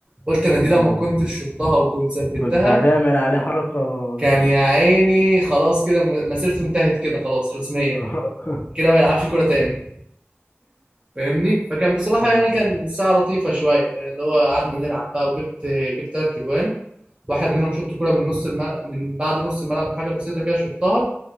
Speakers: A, on the right; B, on the left.
A: قلت انا دي
B: اه
A: لما كنت شطها وكنت ثبتها
B: كنت هتعمل عليه حركه
A: كان
B: جامده
A: يا عيني خلاص كده م- مسيرته انتهت كده خلاص رسميا
B: <laughs>
A: كده ما يلعبش كوره تاني فاهمني فكان بصراحه
B: اه
A: يعني كان ساعه لطيفه شويه اللي هو قعدنا نلعب بقى وجبت جبت ثلاث اجوان واحد منهم شط كوره من نص الملعب من بعد نص الملعب بحاجه بسيطه كده شطها